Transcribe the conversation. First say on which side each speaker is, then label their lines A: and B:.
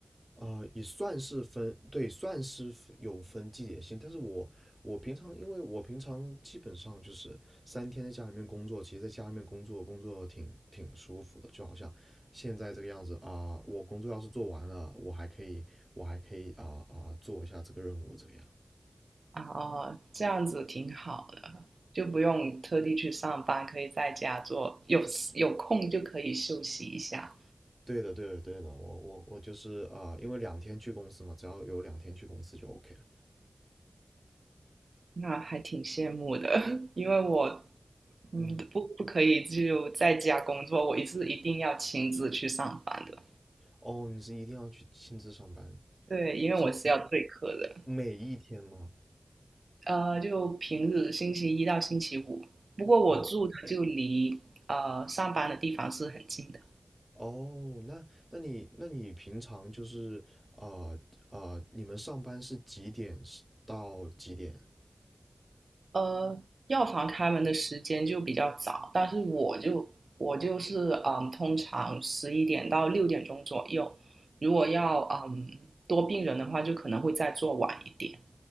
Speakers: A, on the right; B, on the right.
A: 啊，也算是分，对，算是有分季节性，但是我我平常，因为我平常基本上就是三天在家里面工作，其实在家里面工作工作挺挺舒服的，就好像现在这个样子啊、我工作要是做完了，我还可以我还可以啊啊、做一下这个任务这个样。
B: 啊，哦，这样子挺好的，就不用特地去上班，可以在家做，有有空就可以休息一下，
A: 对的，对的，对的，我我我就是啊、因为两天去公司嘛，只要有两天去公司就 OK 了。
B: 那还挺羡慕的，<laughs> 因为我嗯不不可以就在家工作，
A: 嗯，
B: 我是一定要亲自去上班的，
A: 哦，你是一定要去亲自上班，
B: 对，因为我是要对课的。
A: 是每一天吗？
B: 呃，就平日星期一到星期五。不过我住的就离呃上班的地方是很近的。
A: 哦哦，那那你那你平常就是啊啊、呃呃，你们上班是几点到几点？
B: 呃，药房开门的时间就比较早，但是我就我就是嗯，通常十一点到六点钟左右。如果要嗯多病人的话，就可能会再做晚一点。